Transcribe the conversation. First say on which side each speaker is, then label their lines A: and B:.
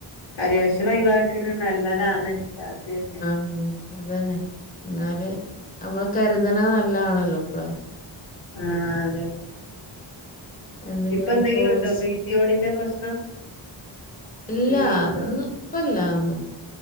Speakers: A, on the left; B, on the left.
A: അരിവക്ഷണം ഒയിവാക്കുന്നത് നല്ലതാണ് രാത്രി ഒക്കെ
B: ആഹ് അതന്നെ എന്നാല് അമ്മള് കരുതണ നല്ലാണല്ലോ ഇപ്പളെ
A: ആഹ് ഹാ അതെ
B: എന്തെങ്കിലും
A: ഇപ്പൊ എന്തെങ്കിലുണ്ടോ
B: ഫ്രൂട്ട്സ്
A: പി സി ഓടി ന്റെ പ്രശ്നം
B: ഇല്ലാ
A: എന്തെങ്കിലും
B: അതൊന്നു ഇപ്പല്ലാന്നു